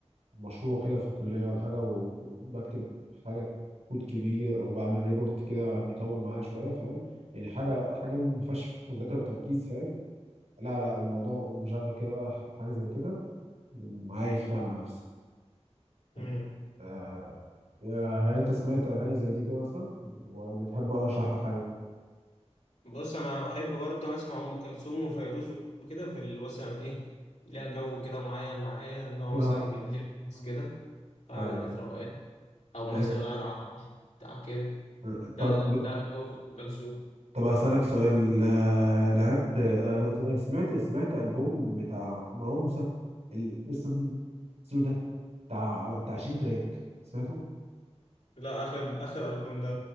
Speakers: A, on the right (about 75°); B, on the left (about 85°).
A: مشروع كده في الكلية ولا حاجة و- وبكتب حاجة كود كبير أو بعمل ريبورت كده بيطول معايا شوية فاهم يعني حاجة حاجة ما فيهاش مذاكرة وتركيز فاهم لا لا الموضوع مشغل كده بقى حاجة زي كده وعايش بقى مع نفسي
B: مم.
A: فاهم؟ آه، آه، هل انت سمعت اغاني زي دي كده مثلا ولا تحب اشرح لك
B: بص انا بحب برضه انا اسمع ام كلثوم وفيروز وكده في ال- مثلا ايه ليها جو كده معين معايا ان هو
A: حاجه
B: مثلا بالليل بس كده قاعدة
A: ايوه فهمت.
B: روقان او مثلا
A: آه،
B: قاعد على بتاع كده
A: آه،
B: ده
A: طب
B: ال- ده جو في ام كلثوم
A: طب هسألك سؤال آه، لعبت آه، سمعت سمعت ألبوم بتاع مروان موسى ال- بس السلو ده بتاع بتاع 20 تراك سمعته؟
B: لا اخر اخر البوم ده